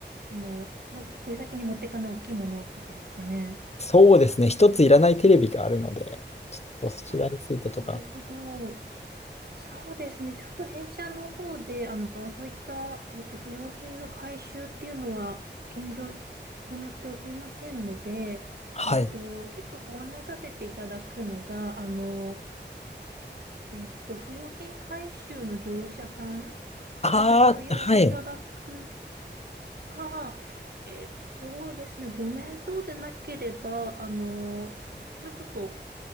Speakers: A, on the right; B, on the left.
A: あの、まあ、引っ越し先に持ってかない大きいものとかですかね。
B: そうですね、一ついらないテレビがあるので、ちょっとそちらについてとか。
A: あ、なるほど。そうですね。ちょっと弊社の方で、あの、そういった、えっと、不用品の回収っていうのは、現状、行っておりませんので、
B: はい。
A: えっと、結構ご案内させていただくのが、あの、えっと、不用品回収の業者さん
B: ああ、
A: にお問い合わせいただく
B: はい。
A: か、えっと、そうですね、ご面倒でなければ、あの、まあ、ちょっと、